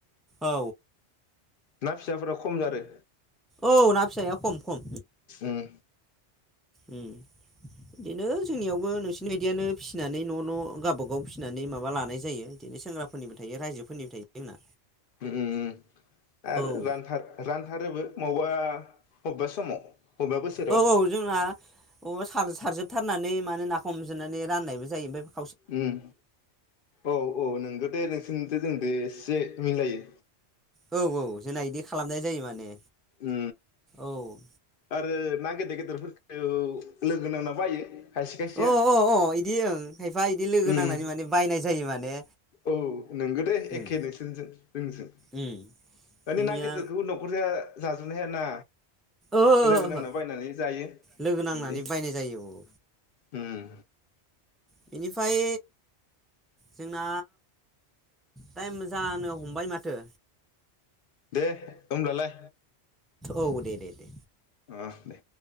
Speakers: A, in the centre; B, on the left.
A: औ।
B: ना फिसाफोरा खम जारो।
A: औ ना फिसाया खम खम।
B: उम
A: ओम। बिनो जोंनियावबो नोंसि बिबायदियानो फिसिनानै न' न' गावबागाव फिसिनानै माबा लानाय जायो। इदिनो सेंग्राफोरनिबो थायो रायजोफोरनिबो थायो जोंना।
B: उम उम उम। आरो
A: औ
B: रानथार रानथारोबो माव बावबा हबावबा समाव। बबेबा बोसोराव
A: औ औ जोंना अबा सार-सारजोबथार थानानै माने ना हमजोबनानै राननायबो जायो ओमफाय
B: उम औ औ नोंगो दे नोंसोरनिजो जोंनिदो एसे मिलायो।
A: औ औ जोंना इदि खालामनाय जायो माने।
B: उ
A: औ
B: आरो ना गेदेर गेदेरफोरखौ लोगो नांना बायो खायसे खायसेया
A: अ अ अ इदि ओं खायफा इदि लोगो
B: उम
A: नांनानै माने बायनाय जायो माने।
B: औ नंगो दे
A: उम
B: एखे नोंसोरजों जोंजों
A: उम
B: माने
A: जोंनिया
B: ना गिदिरखौ न'खरसेआ जाजोबनो हाया ना
A: ओ ओहो
B: लोगो नांना बायनानै जायो
A: लोगो नांनानै
B: इदि।
A: बायनाय जायो औ
B: उम।
A: बेनिफाय जोंना टाइम जानो हमबाय माथो।
B: दे होब्लालाय
A: औ दे दे दे।
B: अ दे।